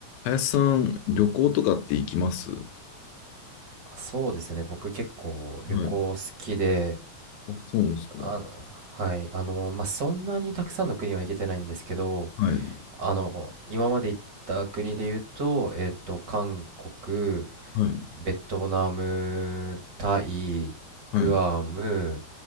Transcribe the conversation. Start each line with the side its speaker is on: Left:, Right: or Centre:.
Left: 林さん、旅行とかって行きますは
Right: あそうですね。僕結構旅行好きで、
Left: い。あ、そうなんですか。
Right: あの、はい、あの、まあ、そんなにたくさんの国は行けてないんですけど、
Left: はい。
Right: あの、今まで行った国で言うと、えっと、韓国、
Left: はい。
Right: ベトナム、タイ、
Left: はい。
Right: グアム、